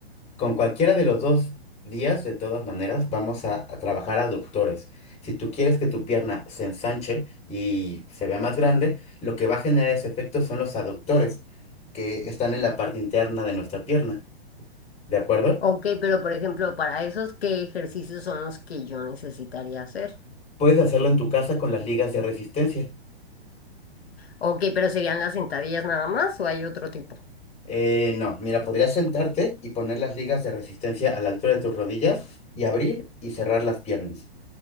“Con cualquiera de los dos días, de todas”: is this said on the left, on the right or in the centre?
Left